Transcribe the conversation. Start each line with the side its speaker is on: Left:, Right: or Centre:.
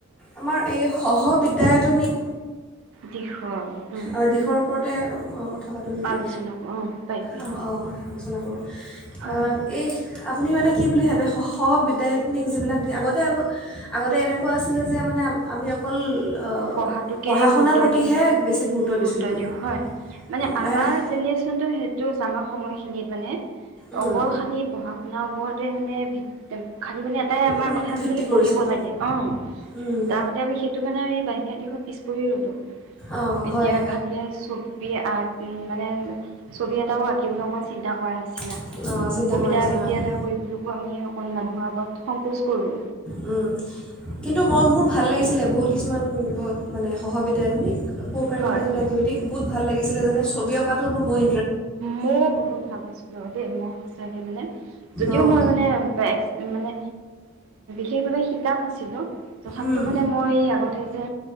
Centre: আমাৰ এই সহ-বিদ্যায়তনিক
Right: দিশ উম
Centre: অ'- দিশৰ ওপৰত এ ব <unintelligible> কথা পাতোঁ নেকি
Right: আলোচনা অ পাৰিবি
Centre: অঁ অঁ অঁ আলোচনা কৰোঁ।
Right: হয়
Centre: আ- এই আপুনি মানে কি বুলি ভাবে সহ বিদ্যায়তনিক যিবিলাক দি আগতে আগ আগতে এনেকুৱা আছিলে যে মানে আমি অকল আহ,
Right: পঢ়াটোকে
Centre: পঢ়া শুনাৰ
Right: গুৰুত্ব
Centre: প্ৰতিহে
Right: দিয়ে
Centre: বেছি
Right: গুৰুত্ব
Centre: দিছিলোঁ মানে
Right: দিওঁ হয় মানে
Centre: অঁ,
Right: আমাৰ
Centre: লাহে লাহে
Right: জেনেৰেশ্যনটো সেইটো কৈছো আমাৰ সময় খিনিত মানে
Centre: উম,
Right: অকল খালি পঢ়া-শুনাৰ ওপৰতে মানে ভিত খালি মানে এটাই আমা
Centre: উম,
Right: কথা আছিলে
Centre: ভিত্তি
Right: কি
Centre: কৰিছিলোঁ
Right: পঢ়িব লাগে অ
Centre: উম,
Right: তাৰ বাদে আমি সেইটো কাৰণে আমি বাহি বিয়াৰ দিশত পিছ পৰি ৰ'লোঁ
Centre: অঁ
Right: এতিয়া
Centre: হয়
Right: ভালকে চবি আৰ্ট মানে ছবি এটাও আঁকিবলৈ অকণমান চিন্তা কৰাৰ নিচিনা
Centre: অঁ চিন্তা
Right: কবিতা
Centre: কৰা নিচিনা
Right: আবৃত্তি
Centre: হয়
Right: এটা কৰিবলৈকো আমি অকন মানুহৰ আগত সংকোচ কৰোঁ
Centre: হম কিন্তু মই মোৰ ভাল লাগিছিলে বহুত কিছুমান মানে সহবিদ্যায়াধিনীক কাৰিকুলাৰ
Right: হয়
Centre: একটিভিটি বহুত ভাল লাগিছিল যানা ছবি অকাত তৌ ক বৈ
Right: মোৰ বহুত ভাল পাইছিলো দেই মই সচাকে মানে যদিও
Centre: অঁ
Right: মই মানে মানে সেইবাবে শিকা নাছিলো তথাপিতো
Centre: উম,
Right: মানে মই আগতে যে